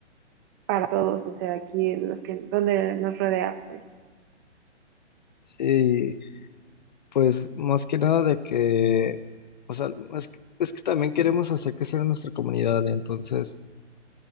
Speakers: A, on the right (about 15°); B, on the left (about 40°).
A: para todos, o sea, aquí en los que, donde nos rodea, pues.
B: Y pues más que nada de que, o sea, es, es que también queremos hacer crecer a nuestra comunidad, entonces